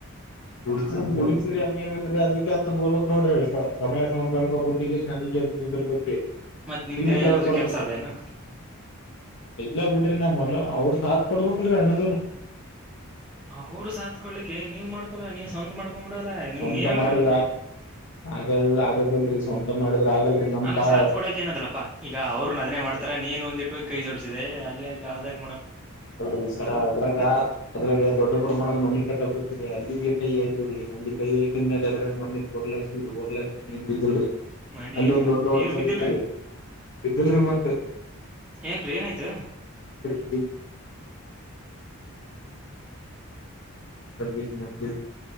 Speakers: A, on the left; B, in the centre.
A: ಗಡ್ ಗುಡತಿ ಹಂಗ ಏನ ಇಲ್ರರಿ ಅದಿ ಅಂತ ಬಳ್ಬಕ್ ನೋಡ್ರಿ ಸಮಯಡ್ ಬ ದ ಅಂತಿರ್ಬೇಕ್ರಿ
B: ಮತ್ ನಿಮ್ದ
A: ಸೀಮಿತ
B: ಏನಾದ್ರು
A: ಕೊಡ್ಬೇಕ್ರಿ
B: ಕೆಲ್ಸ ಅದೇನು
A: ಇ್ಲ ಬಿಡ್ರಿ ನಮ್ಮಲ್ಲ ಅವ್ರ ಸಾತ್್ ಕೊಡ್ಬೇಕಲ್ರರಿ ಅಣ್ಣದರು
B: ಅವರು ಸಾತ್ ಕೊಡ್ಲಿ ನೀವು್ ಮಾಡ್ಕೊಲ್ಲ ನೀ ಸ್ಂತ ಮಾಡ್ಕೊಬಿಡಲ್ಲ ನೀನ್
A: ಸ್ವಂತ
B: ಹೇಳ
A: ಮಾಡಿದ್ರ
B: ನೀ
A: ಆಗಲ್ ಆಗದಲ್ರರಿ ಸ್ವಂತ ಮಾಡಿದ್ರ ಆಗಲ್ರರಿ ನಮ್
B: ಅಲ್ಲ
A: ಕಾ
B: ಸಾತ್ ಕೊಡಕ್ ನದಲಪ್ಪಾ ಈಗ ಅವ್ರರು ನ ಅದ್ನೆ ಮಾಡ್ತಾರ ನೀನ್ ಒಂದಿಟ್ಟು ಕೈ ಜೋಡಸಿದೆ ಅಲ್ಲಿಯಗ ಯಾವ್ದಾಗ
A: ಹಿ ಸರ ಅದ್ರಾಗ ಅದ್ರಾಗ ದೊಡ್ಡ ಪ್ರಮಾಣದ ಮನೆಿ ಕಟ್ಟಕತರಿ ಅಲ್ಲಿಗೆ ಕೈ ಆಯ್ತು ಸುಲ್ಲಿ ಕಹನ್ನೇ ಕಾದ್ರ ಮನೆ ಓರ್ಲಾಯ ಓರ್ಲ ನೀರು ಬಿದ್ದಲ್ರಿ
B: ಮನಿ
A: ಅಲ್ಲಿ
B: ನಿನ್
A: ಒಂದ್ ದೊಡ್ಡ
B: ನೀರ್
A: ಡತಗತ್ರಿ
B: ಬಿದ್ದಿಲ್ರಿ
A: ಇ್ದಲ್ ರ ಮತ್
B: ಯಾಕ್ರೀ ಏನಾಯ್ತಾ
A: ಬ ನೀರ್